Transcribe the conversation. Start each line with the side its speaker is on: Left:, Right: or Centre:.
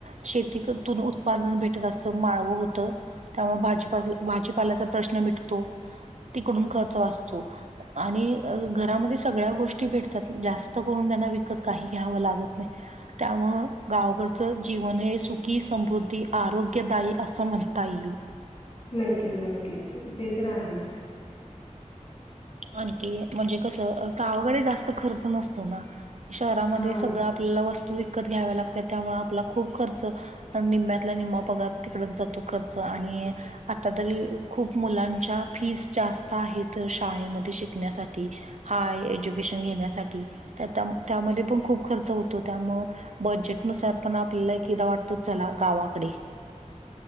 Right: शेतीतून उत्पादन भेटत असत माळव होतं त्यामुळे भाजी भाजीपाल्याचा प्रश्न मिटतो तिकडून खर्च वाचतो आणि घरामध्ये सगळ्या गोष्टी भेटतात जास्त करून त्यांना विकत काही घ्यावं लागत नाही त्यामुळे गावकडच जीवन हे सुखी समृद्धी आरोग्य ग्यदायी असं म्हणता येईल
Left: नक्कीच नक्कीच ते तर आहेच
Right: आणखी म्हणजे कसं गवाकडे जास्त खर्च नसतो ना शहरामध्ये
Left: हा
Right: सगळ आपल्याला वस्तू विकत घ्याव्या लागत्यात त्यामुळे आपला खूप खर्च निम्म्यातल्या निम्मा पगार तिकडच जातो खर्च आणि आता तरी खूप मुलांच्या फीज जास्त आहेत शाळेमध्ये शिकण्यासाठी हाय एज्युकेशन घेण्यासाठी त्या त्यामध्ये पण खूप खर्च होतो त्यामुळे बजेटनुसार पण आपल्याला एकदा वाटत तो चला गावाकडे